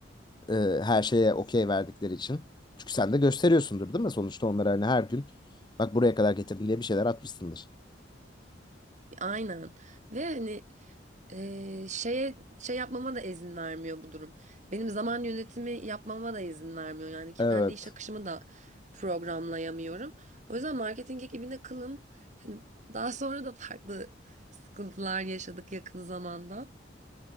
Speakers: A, on the left; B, on the right.
A: Ee, her şeye okey verdikleri için. Çünkü sen de gösteriyorsundur değil mi? Sonuçta onlara hani her gün bak buraya kadar getirdim diye bir şeyler atmışsındır.
B: Aynen. Ve hani Ee, şeye şey yapmama da izin vermiyor bu durum. Benim zaman yönetimi yapmama da izin vermiyor. Yani kendi
A: Evet.
B: iş akışımı da programlayamıyorum. O yüzden marketing ekibine kılım. Hani daha sonra da farklı sıkıntılar yaşadık yakın zamanda.